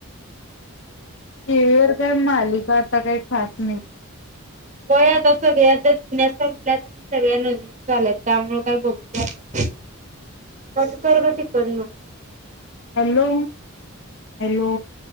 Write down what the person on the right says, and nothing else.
त्या मीर <inaudible>
व्हय आता सगळ्या त्या जुन्या संपल्यात आणि सगळ्या नवीनच आल्यात त्यामुळं काय बघूच वाटत
नाहीत. कसं कर ग तिकडन.